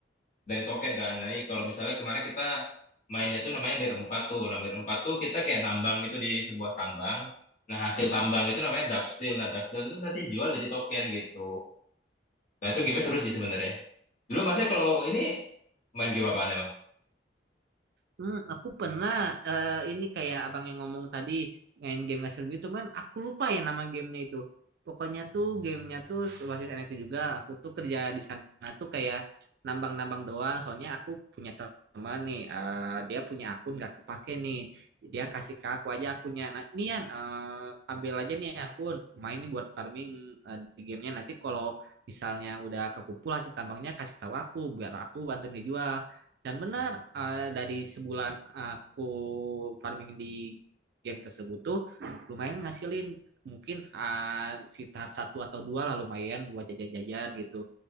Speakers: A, on the left; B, on the right.
A: dari token kan. Nanti kalau misalnya kemarin kita mainnya tuh namanya mir empat tuh. Nah, mir 4 tuh kita kayak nambang itu di sebuah tambang. Nah, hasil tambang itu namanya dark steel. Nah, dark steel itu nanti jual jadi token gitu. Nah, itu game seru sih sebenarnya. Dulu masnya kalau ini main game apaan emang?
B: Hmm, aku pernah eh, ini kayak abang yang ngomong tadi main game ngasih duit cuman aku lupa ya nama gamenya itu. Pokoknya tuh gamenya tuh basis NFT juga. Aku tuh kerja di sana tuh kayak nambang-nambang doang. Soalnya aku punya teman nih, eh, dia punya akun gak kepake nih. Dia kasih ke aku aja akunnya. Nah ini Yan, eh, ambil aja nih akun. Main nih buat farming eh, di gamenya. Nanti kalau misalnya udah kekumpul hasil tambangnya kasih tahu aku biar aku bantu ngejual. Dan benar, eh, dari sebulan aku farming di game tersebut tuh lumayan ngasilin mungkin eh, sekitar satu atau dua lah lumayan buat jajan-jajan gitu.